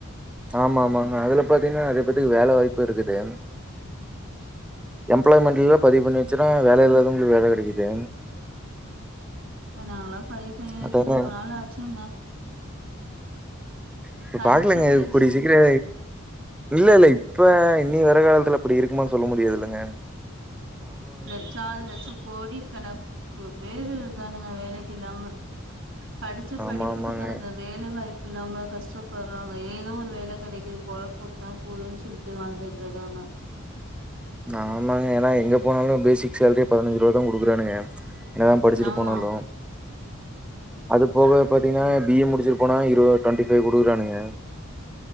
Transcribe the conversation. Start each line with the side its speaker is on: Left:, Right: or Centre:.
Centre: ஆமாமாங்க அதுல பாத்தீங்கன்னா நெறய பேத்துக்கு வேல வாய்ப்பு இருக்குது எம்ப்ளாய்மெண்ட்ல எல்லா பதிவு பண்ணி வெச்சுன்னா வேல இல்லாதவங்களுக்கு வேல கெடைக்குது
Right: நானெல்லா பதிவு பண்ணி வெச்சு
Centre: அதாங்க
Right: ரொம்ப நாள் ஆச்சுங்க
Centre: இப்ப
Right: சலிச்சு
Centre: பாக்கலாங்க
Right: போயிருச்சு
Centre: கூடிய சீக்கிரோ இல்ல இல்ல இப்ப இனி வர காலத்துல அப்டி இருக்குமா சொல்ல முடியாது இல்லங்க
Right: லட்சாவது லட்சோ கோடி கணக்கு பேரு க்கானுங்க வேலைக்கு இல்லாம படிச்ச
Centre: ஆமா
Right: படிப்புக்கு
Centre: ஆமாங்க
Right: தகுந்த வேலை வாய் ப்பு இல்லாம கஷ்டப்படறாங்க ஏதோ ஒரு வேல கெடைக்குது புழப் ஓட்னா போதுன் சொல்ட்டு வாழ்ந்துட்டு இருக்காங்க
Centre: ஆமாங்க ஏனா எங்க போனாலு பேசிக் சேலரியே பதினஞ்சுரூவாதா குடுக்கறானுங்க என்னதா படிச்சிட்டு
Right: ஆமா
Centre: போனாலு அது போக பாத்தீங்கனா பி ஏ முடிச்சிட்டு போனா இரு டுவெண்ட்டி ஃபைவ் குடுக்கறானுங்க